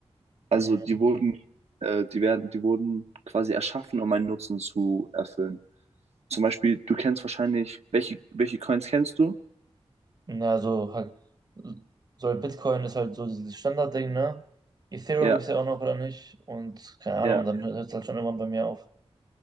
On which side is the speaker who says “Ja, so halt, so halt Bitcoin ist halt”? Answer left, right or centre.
Right